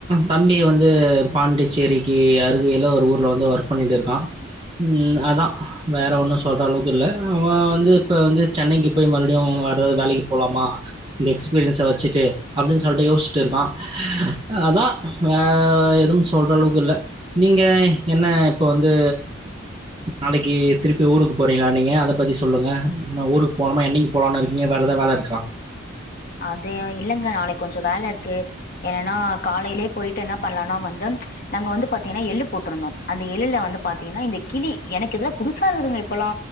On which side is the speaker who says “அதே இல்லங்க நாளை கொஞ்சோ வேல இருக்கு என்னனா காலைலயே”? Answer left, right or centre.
Left